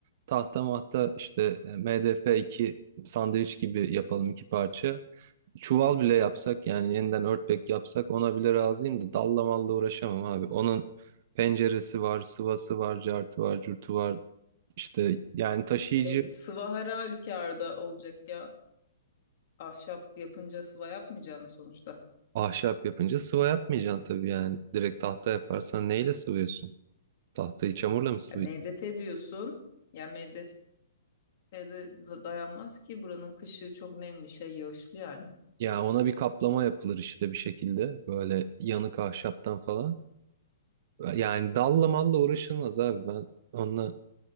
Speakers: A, on the right; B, on the left.
A: tahta mahta işte e, MDF 2 sandviç gibi yapalım iki parça. Çuval bile yapsak yani yeniden örtbek yapsak ona bile razıyım da dalla malla uğraşamam abi. Onun penceresi var, sıvası var, cartı var, curtu var. İşte yani taşıyıcı
B: E, sıva her halükarda olacak ya. Ahşap yapınca sıva yapmayacağım sonuçta.
A: Ahşap yapınca sıva yapmayacaksın tabii yani. Direkt tahta yaparsan neyle sıvıyorsun? Tahtayı çamurla mı sıvayacaksın?
B: Ya MDF diyorsun. Ya MDF Ve da- dayanmaz ki buranın kışı çok nemli şey yağışlı yani.
A: Ya ona bir kaplama yapılır işte bir şekilde. Böyle yanık ahşaptan falan. Yani dalla malla uğraşılmaz abi ben onunla